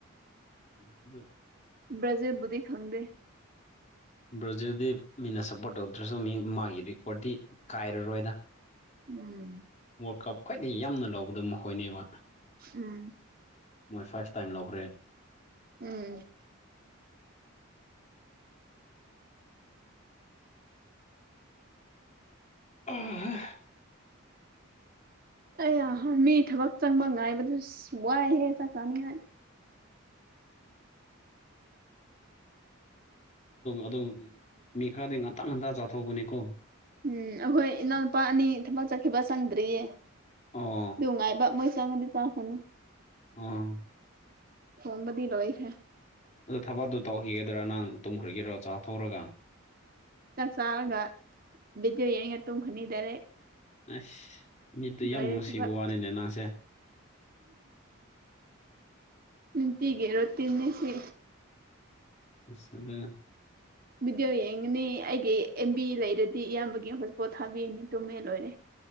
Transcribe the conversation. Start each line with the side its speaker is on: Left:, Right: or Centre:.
Left: ꯎ
Right: ꯕꯖꯦꯕꯨꯗꯤ ꯈꯪꯗꯦ
Left: ꯕ꯭ꯔꯥꯖꯤꯜꯗꯤ ꯃꯤꯅ ꯁꯞꯄꯣ꯭ꯔꯠ ꯇꯧꯗ꯭ꯔꯁꯨ ꯃꯤ ꯃꯥꯒꯤ ꯔꯦꯀꯣ꯭ꯔꯠꯇꯤ ꯀꯥꯏꯔꯔꯣꯏꯅ
Right: ꯎꯝ
Left: ꯋꯥꯜ ꯀꯞ ꯈ꯭ꯋꯥꯏꯗꯒꯤ ꯌꯥꯝꯅ ꯂꯧꯕꯗꯣ ꯃꯈꯣꯏꯅꯦꯕ
Right: ꯎꯝ
Left: ꯃꯣꯏ ꯐꯥꯏꯚ ꯇꯥꯏꯝ ꯂꯧꯈꯔꯦ
Right: ꯎꯝ
Left: ꯑꯍꯥ
Right: ꯑꯩ ꯃꯤ ꯊꯕꯛ ꯆꯪꯕ ꯉꯥꯏꯕꯗꯨꯁꯨ ꯋꯥꯏꯍꯦ ꯆꯥꯛ ꯆꯥꯅꯤꯡꯉꯥꯏ
Left: ꯑꯗꯨ ꯃꯤ ꯈꯔꯗꯤ ꯉꯟꯇ ꯉꯟꯇ ꯆꯥꯊꯧꯕꯅꯤꯀꯣ
Right: ꯎꯝ ꯑꯩꯈꯣꯏ ꯏꯅꯥꯎ ꯂꯨꯄꯥ ꯑꯅꯤ ꯊꯕ ꯆꯠꯈꯤꯕ ꯆꯪꯗ꯭ꯔꯤꯌꯦ
Left: ꯑꯣ
Right: ꯅꯨꯡꯉꯥꯏꯕ ꯃꯣꯏ ꯆꯪꯉꯗꯤ ꯆꯥ ꯐꯅ
Left: ꯑꯥ
Right: ꯈꯣꯡꯕꯗꯤ ꯂꯣꯏꯐꯦ
Left: ꯑꯗ ꯊꯕꯇꯣ ꯇꯧꯈꯤꯒꯗ꯭ꯔꯥ ꯅꯪ ꯇꯨꯝꯈ꯭ꯔꯒꯦꯔꯣ ꯆꯥ ꯊꯧꯔꯒ
Right: ꯆꯥꯥꯛ ꯆꯥꯔꯒ ꯕꯤꯗꯤꯑꯣ ꯌꯦꯡ ꯌꯦꯡꯒ ꯇꯨꯝꯈ꯭ꯔꯅꯤ ꯗꯥꯏꯔꯦꯛ
Left: ꯑꯁ ꯃꯤꯠꯇꯨ
Right: ꯂꯣꯏꯔꯦ
Left: ꯌꯥꯝ ꯅꯨꯡꯁꯤꯕ
Right: ꯊꯕꯛ
Left: ꯋꯥꯅꯤꯅꯦ ꯅꯪꯁꯦ
Right: ꯅꯨꯡꯇꯤꯒꯤ ꯔꯣꯇꯤꯟꯅꯤ ꯁꯤ
Left: ꯏꯁ ꯑꯗꯨꯅ
Right: ꯚꯗꯤꯑꯣ ꯌꯦꯡꯉꯅꯤ ꯑꯩꯒꯤ ꯑꯦꯝ ꯕꯤ ꯂꯩꯔꯗꯤ ꯏꯌꯥꯝꯕꯒꯤ ꯍꯣꯁꯄꯣꯠ ꯊꯥꯕꯤꯅꯤ ꯇꯨꯝꯃꯦ ꯂꯣꯏꯔꯦ